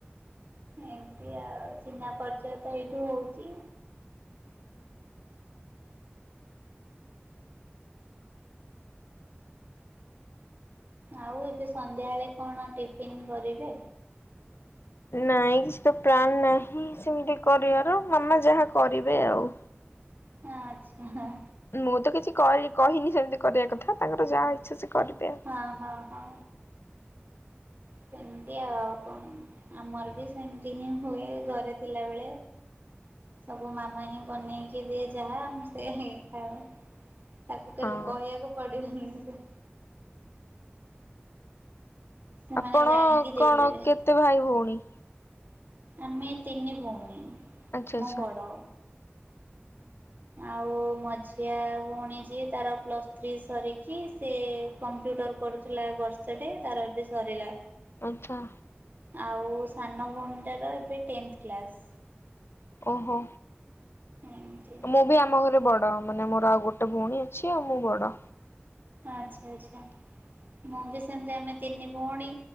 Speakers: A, on the right; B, on the left.
A: ଏମତି ଆଉ ଚିହ୍ନା ପରିଚୟ ତ ଏଇଠୁ ହଉଛି ଆଉ ଏବେ ସନ୍ଧ୍ୟାବେଳେ କଣ ଟିଫିନ୍ କରିବେ?
B: ନାଇଁ କିଛି ତ ପ୍ଲାନ୍ ନାହିଁ ସେମିତି କରିବାର ମାମା ଯାହା କରିବେ ଆଉ।
A: ଆଚ୍ଛା ହଁ।
B: ମୁଁ ତ କିଛି କରି କହିନି ସେମିତି କରିବା କଥା ତାଙ୍କର ଯାହା ଇଚ୍ଛା ସେ କରିବେ
A: ହଁ ହଁ ହଁ। ସେମିତି ଆଉ କଣ ଆମର ବି ସେମିତି ହିଁ ହୁଏ ଘରେ ଥିଲାବେଳେ ସବୁ ମାମା ହିଁ ବନେଇକି ଦିଏ ଯାହା ଆମେ ସେୟା ହିଁ ଖାଉ। ତାକୁ
B: ଆଉ
A: କେବେ
B: ହଁ।
A: କହିବାକୁ ପଡିବନି ସେ ସେମାନେ
B: ଆପଣ
A: ଜାଣିକି ଦେଇଦେବେ।
B: କଣ କେତେ ଭାଇ ଭଉଣୀ?
A: ଆମେ ତିନି ଭଉଣୀ
B: ଆଚ୍ଛା ଆଚ୍ଛା
A: ମୁଁ ବଡ଼। ଆଉ ମଝିଆ ଭଉଣୀ ଯିଏ ତାର ପ୍ଲସ୍ ଥ୍ରୀ ସରିକି, ସେ କମ୍ କମ୍ପ୍ୟୁଟର କରୁଥିଲା ଏ ବର୍ଷ ଟେ, ତାର ଏବେ ସରିଲା।
B: ଆଚ୍ଛା।
A: ଆଉ ସାନ ଭଉଣୀଟାର ଏବେ ଟେନ୍ଥ କ୍ଲାସ୍।
B: ଓହୋ
A: ଏମିତି
B: ମୁଁ ବି ଆମ ଘରେ ବଡ୍ ଡ଼ ମାନେ ମୋର ଆଉ ଗୋଟେ ଭଉଣୀ ଅଛି, ଆଉ ମୁଁ ବଡ।
A: ଆଚ୍ଛା ଆଚ୍ଛା ମୁଁ ବି ସେ ସେମତି ଆମେ ତିନି ଭଉଣୀ